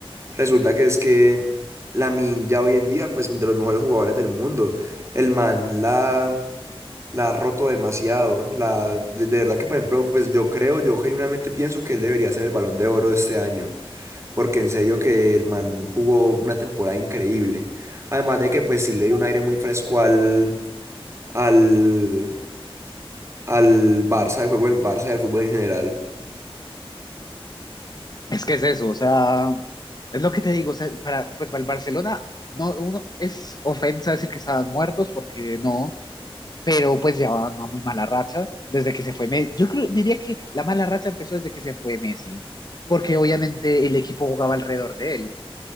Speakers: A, on the right; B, on the left.
A: resulta que es que Min ya hoy en día pues de los mejores jugadores del mundo, el man la la ha roto demasiado. La, de de verdad que, por ejemplo, pues yo creo, yo genuinamente pienso que él debería ser el Balón de Oro de este año, porque en serio que el man jugó una temporada increíble. Además de que, pues sí le dio un aire muy fresco al, al, al Barça, al juego del Barça y al fútbol en general.
B: Es que es eso, o sea, es lo que te digo, o sea, para, pues para el Barcelona no, uno, es ofensa decir que estaban muertos porque no, pero pues llevaban una muy mala racha desde que se fue Messi. Yo creo, diría que la mala racha empezó desde que se fue Messi, porque obviamente el equipo jugaba alrededor de él.